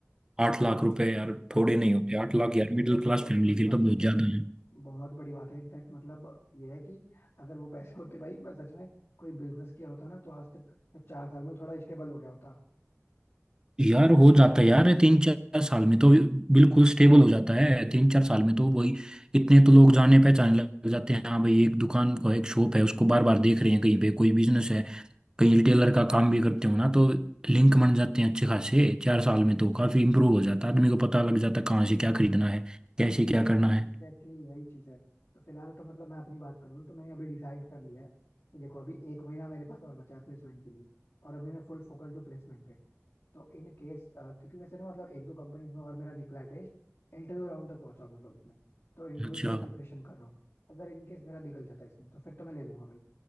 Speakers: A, on the right; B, on the left.
A: आठ लाख रुपए
B: अब
A: यार
B: अब
A: थोड़े नहीं होते आठ
B: सही
A: लाख यार मिडिल
B: वो
A: क्लास
B: बहुत
A: फैमिली
B: बड़ी
A: के
B: बात
A: लिए तो बहुत
B: होती है भाई
A: ज्यादा
B: बहुत बड़ी बात है इनफैक्ट मतलब ये है कि अगर वो पैसे होते भाई मैं सच में कोई बिजनेस किया होता ना तो आज तक मैं चार साल में थोड़ा स्टेबल हो गया होता
A: यार हो जाता है यार तीन चार साल में तो बिल्कुल स्टेबल हो जाता है तीन चार साल में तो वही इतने तो लोग जाने पहचाने लग जाते हैं हाँ भाई एक दुकान का एक शॉप है उसको बार बार देख रहे हैं कहीं पे कोई बिजनेस है कहीं रिटेलर का काम भी करते हो ना तो लिंक बन जाते हैं अच्छे खासे चार साल में तो काफी इंप्रूव हो जाता है आदमी को पता लग जाता है कहाँ से क्या खरीदना है कैसे क्या करना है
B: एग्जैक्टली exactly वही चीज है तो फिलहाल तो मतलब मैं अपनी बात करूँ तो मैंने अभी डिसाइड कर लिया है कि देखो अभी एक महीना मेरे पास और बचा है प्लेसमेंट के लिए और अभी मैं फुल फोकस्ड हूँ प्लेसमेंट पे तो इन केस क्योंकि वैसे ना मतलब एक दो कंपनीज में और मेरा निकला है टेस्ट इंटरव्यू राउंड तक पहुंचा हूं मतलब इसमें तो इंटरव्यू
A: अच्छा
B: के लिए प्रिपरेशन कर रहा हूँ अगर इन केस मेरा निकल जाता है इसमें तो फिर तो मैं ले लूंगा भाई